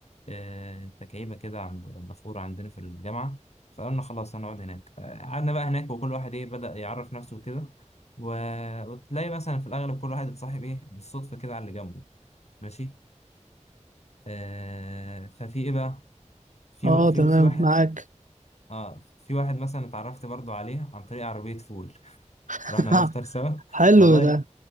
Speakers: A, on the left; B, on the right.
A: آه، تكعيبه كده عند النافوره عندنا في الجامعه فقلنا خلاص هنقعد هناك آه، قعدنا بقى هناك وكل واحد ايه بدأ يعرف نفسه وكده و- وتلاقي مثلا في الاغلب كل واحد اتصاحب ايه بالصدفه كده على اللي جنبه ماشي آه، ففي ايه بقى في
B: اه
A: في
B: تمام
A: في واحد
B: معاك
A: اه في واحد مثلا اتعرفت برضو عليه عن طريق عربية فول <laughs>
B: <laughs>
A: رحنا نفطر سوا
B: حلو
A: والله
B: ده